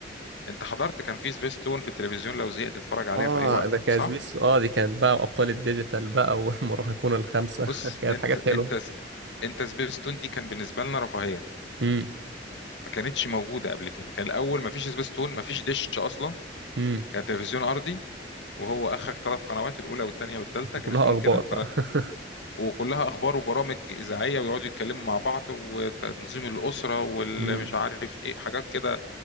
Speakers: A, on the left; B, on the right.
A: انت حضرت كان في سبيستون في التلفزيون لو زهقت تتفرج عليها
B: اه
A: في اي وقت
B: ده كان
A: صح
B: سبيس اه دي كانت بقى أبطال الديجيتال بقى والمراهقون الخمسة
A: بص
B: <laughs> كانت
A: انت
B: حاجات
A: انت
B: حلوة
A: انت سبيستون دي كان بالنسبه لنا رفاهيه
B: مم.
A: ما كانتش موجوده قبل كده كان الاول ما فيش سبيستون ما فيش دش اصلا
B: امم
A: كان تلفزيون ارضي وهو اخرك ثلاث قنوات الاولى والثانيه والثالثه كان
B: كلها
A: اسمهم
B: اخبار
A: كده
B: بقى <laughs>
A: وكلها اخبار وبرامج اذاعيه ويقعدوا يتكلموا مع بعض وتنظيم الاسره والمش
B: امم
A: عارف ايه حاجات كده